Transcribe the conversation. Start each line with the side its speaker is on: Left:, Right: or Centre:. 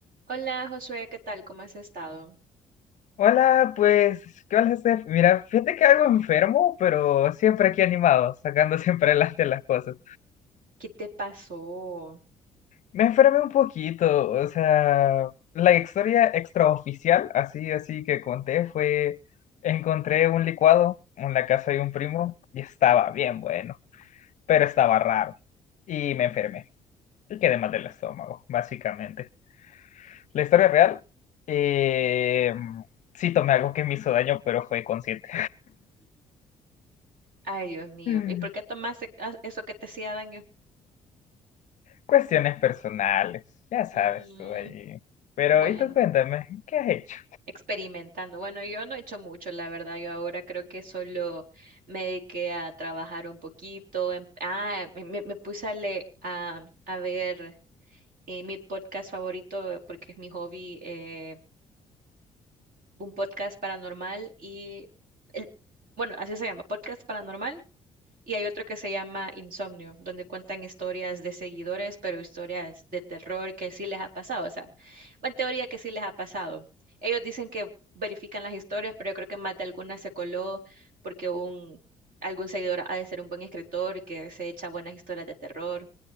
Right: Hola Josué, ¿qué tal? ¿Cómo has estado?
Left: Hola, pues, ¿qué onda, Steph? Mira, fíjate que algo enfermo, pero siempre aquí animado, sacando <laughs> siempre adelante las cosas.
Right: ¿Qué te pasó?
Left: Me enfermé un poquito, o sea, la historia extraoficial, así, así que conté, fue, encontré un licuado en la casa de un primo y estaba bien bueno, pero estaba raro y me enfermé y quedé mal del estómago, básicamente. La historia real, eh, sí tomé algo que me hizo daño, pero fue consciente.
Right: Ay, Dios mío.
Left: <laughs>
Right: ¿Y por qué tomaste a- eso que te hacía daño?
Left: Cuestiones personales, ya sabes
Right: Mm,
Left: tú ahí. Pero,
Right: bueno,
Left: ¿y tú cuéntame, qué has hecho?
Right: experimentando. Bueno, yo no he hecho mucho, la verdad. Yo ahora creo que solo me dediqué a trabajar un poquito. em- Ah, me, me- me puse a, le- a, a ver eh, mi podcast favorito porque es mi hobby, eh, un podcast paranormal y... el- Bueno, así se llama, podcast paranormal Y hay otro que se llama Insomnio, donde cuentan historias de seguidores, pero historias de terror que sí les ha pasado. O sea, en teoría que sí les ha pasado. Ellos dicen que verifican las historias, pero yo creo que más de alguna se coló porque un, algún seguidor ha de ser un buen escritor que se echa buenas historias de terror.